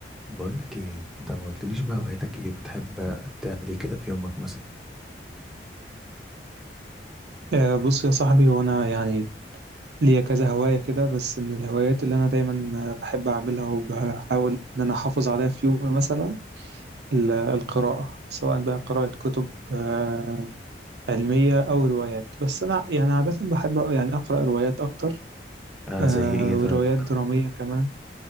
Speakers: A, in the centre; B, on the right.
A: بقول لك ايه انت ما قلتليش بقى هوايتك ايه بتحب تعمل ايه كده في يومك مثلا
B: آه، بص يا صاحبي وانا يعني ليا كذا هواية كده بس من الهوايات اللي انا دايما آه، بحب اعملها وبحاول ان انا احافظ عليها في يومي مثلا ال- القراءة سواء بقى قراءة كتب آه، علمية او روايات بس انا يعني عادة بحب يعني اقرأ روايات اكتر
A: آه
B: آه،
A: زي ايه
B: وروايات
A: طيب
B: درامية كمان